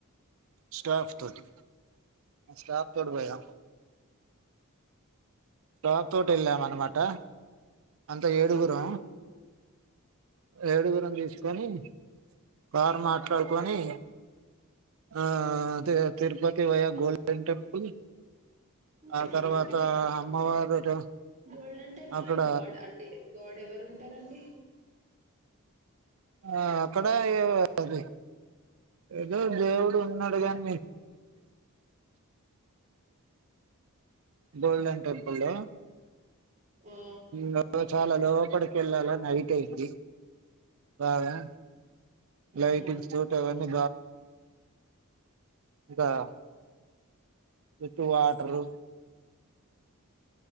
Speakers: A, on the right; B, on the right.
A: స్టాఫ్ తోటి, స్టాఫ్ తోటి పోయినాం. స్టాఫ్ తోటి వెళ్ళాం అనమాట అంత ఏడుగురం
B: మీ కొలీగ్
A: ఏడుగురం తీస్. చనీ కార్ మాట్లాడుకొని ఆ తిరుపతి వయ్య గోల్డెన్ టెంపుల్,
B: ఉమ్
A: ఆ
B: గోల్డెన్
A: తర్వాత
B: టెంపుల్
A: అమ్మవారు
B: గోల్డెన్ టెంపుల్
A: అక్కడ.
B: లో గాడ్ అంటే గాడ్ ఎవరుంటారంండి
A: ఆ అక్కడ ఏవ అది ఏదో దేవుడు ఉన్నాడు గానీ గోల్డెన్ టెంపుల్లో
B: ఆ
A: లో చాలా లోపడి కెళ్ళాల నైట్ అయ్యిద్ది బాగా లైటింగ్స్
B: ఆహా
A: తోటి అవన్నీ అ విత్ వాటరు